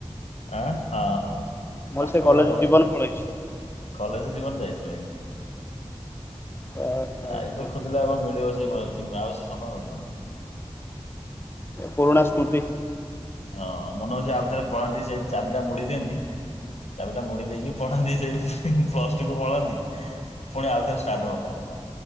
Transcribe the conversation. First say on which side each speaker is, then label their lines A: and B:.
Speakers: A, on the left; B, on the left.
A: ଆଁ ହଁ ହଁ
B: ମୋର
A: ପାଠ
B: ସେ କଲେଜ
A: ପଢ଼ା ବୟସ
B: ଜୀବନ
A: ସାର୍
B: ପଳେଇଛି।
A: କଲେଜ୍ ଯିବନ ଯାଇଥିଲେଣି।
B: ଓହୋ
A: ଆ ଏବେ
B: ହୋ
A: ଖୋଜିଲେ ଆଉ କଣ ମିଳିବ ସେ ବ ଯିବା ଆଉ ସେ ସମୟ ମିଳିବନି।
B: ପୁରୁଣା ସ୍ମୃତି।
A: ହଁ ମନେ ହଉଛି ଆଉ ଥରେ ପଳାନ୍ତି ସେଇ ଚାବିଟା ମୋଡି ଦିଅନ୍ତି ଚାବିଟା ମୋଡି ଦେଇକି ପଢାନ୍ତି ସେଇ ପ୍ଲସ୍ ଟୁ କୁ ପଳାନ୍ତି ପୁଣି ଆଉ ଥରେ ଷ୍ଟାର୍ଟ ହୁଅନ୍ତା।